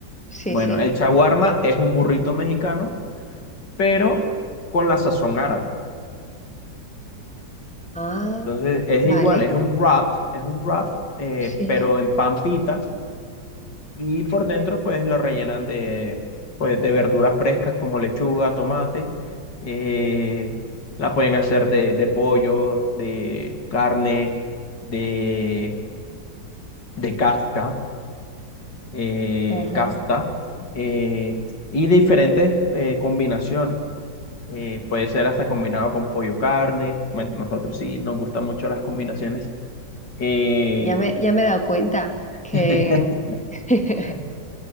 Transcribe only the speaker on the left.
Bueno,
el shawarma es un burrito mexicano, pero con la sazón árabe.
Entonces es
igual, es un wrap, es un wrap, eh,
pero en pan pita y por dentro pues lo rellenan de, pues, de verduras frescas como lechuga, tomate. eh, la pueden hacer de, de pollo, de carne, de, de casca, eh,
casta eh, y diferentes eh, combinaciones. Eh, puede ser hasta combinado con pollo carne. Bueno, nosotros sí nos gustan mucho las combinaciones. Eh,
<laughs>